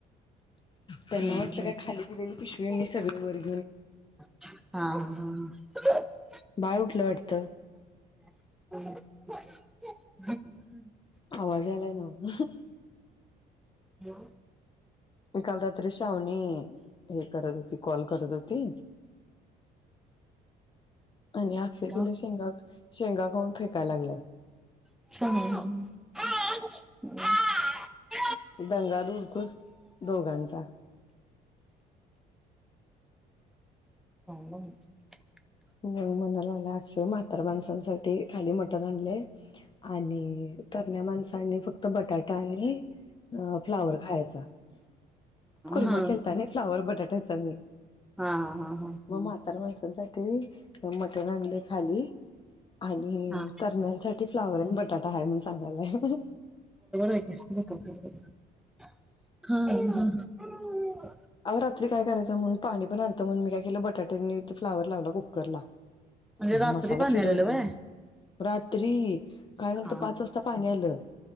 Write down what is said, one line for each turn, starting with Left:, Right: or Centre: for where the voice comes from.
Left: त्यांना
Centre: हा. हम्म.
Left: वाटलं
Centre: हम्म.
Left: काय खाली दिलेली पिशवी मी सगळी वरी
Centre: हा हा हा हा <unintelligible>
Left: बाळ उठलं वाटतं?
Centre: <inaudible>
Left: आवाज आलाय नाओ
Centre: हॅलो
Left: मी काल रात्री अवनी हे करत होती कॉल करत होती. आणि अक्षय
Centre: मग?
Left: तिला शेंगा शेंगा खाऊन फेकाय लागलाय.
Centre: <unintelligible>
Left: दंगा धूडकूस दोघांचा
Centre: <unintelligible>
Left: म म्हणाला लागला आता अक्षय म्हातारं माणसांसाठी खाली मटण आणलेय. आणि तरण्या माणसांनी फक्त बटाटा आणि अ फ्लावर खायचा. कुरमा
Centre: हा
Left: केलता नी फ्लावर बटाट्याच्या मी
Centre: हा हा हा हा
Left: मग म्हातार माणसांसाठी मटण, आणलंय खाली आणि
Centre: हा
Left: तरण्यांसाठी फ्लावर आणि बटाटा हाय मम्हणून सांगाय लागलाय.
Centre: <unintelligible> हां-हां-हां-हां
Left: आव रात्री काय करायचं म्हणून, पाणी पण आलतं म्हणून, मी काय केलं बट <unintelligible> फ्लावर लावला कुकरला.
Centre: म्हणजे
Left: आणि
Centre: रात्री
Left: मसाला
Centre: पाणी
Left: फिरवला.
Centre: आलेलं व्हय
Left: रात्री काय झालंत
Centre: हा
Left: पाच वाजता पाणी आलं,